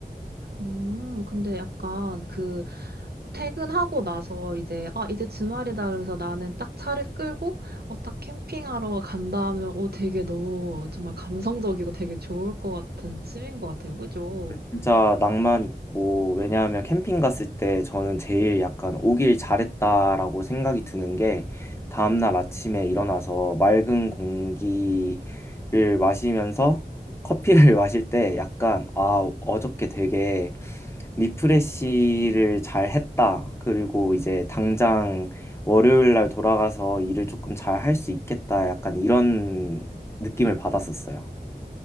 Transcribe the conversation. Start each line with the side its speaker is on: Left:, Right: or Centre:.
Right: 음, 근데 약간 그 퇴근하고 나서 이제 아 이제 주말이다 그러면서 나는 딱 차를 끌고 어 딱 캠핑하러 간다 하면 어 되게 너무 정말 감성적이고 되게 좋을 것 같은 취미인 것 같아요. 그죠?
Left: 진짜 낭만 있고 왜냐하면 캠핑 갔을 때 저는 제일 약간 오길 잘했다라고 생각이 드는 게 다음날 아침에 일어나서 맑은 공기를 마시면서 커피를 <laughs> 마실 때 약간 아 어저께 되게 리프레시를 잘 했다. 그리고 이제 당장 월요일 날 돌아가서 일을 조금 잘 할 수 있겠다. 약간 이런 느낌을 받았었어요.